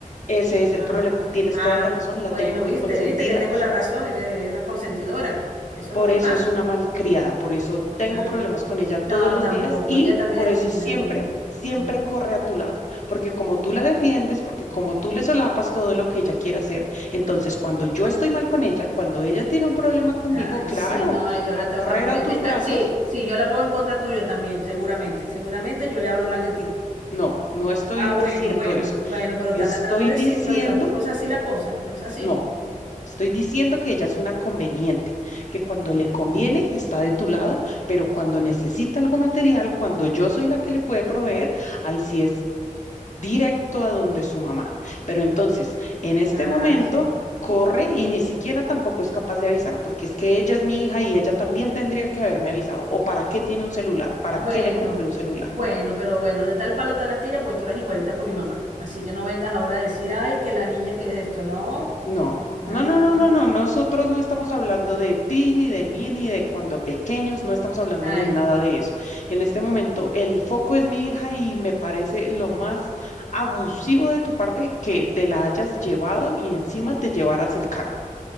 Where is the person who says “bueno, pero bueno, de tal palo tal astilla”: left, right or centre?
Right